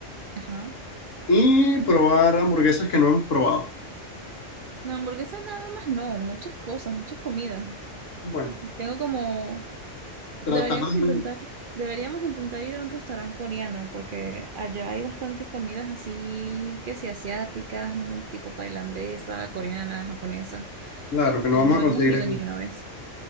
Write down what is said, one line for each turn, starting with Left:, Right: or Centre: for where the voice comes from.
Right: ajá.
Left: y probar hamburguesas que no hemos probado.
Right: No, hamburguesas nada más, no, muchas cosas, muchas comidas.
Left: Bueno,
Right: Tengo como, deberíamos
Left: tratar
Right: intentar,
Left: de...
Right: deberíamos intentar ir a un restaurante coreano porque allá hay bastantes comidas así que sí, asiáticas, mm, tipo tailandesa, coreana, japonesa,
Left: Claro, que no
Right: y
Left: vamos
Right: no
Left: a conseguir
Right: hemos ido
Left: aquí.
Right: ni una vez.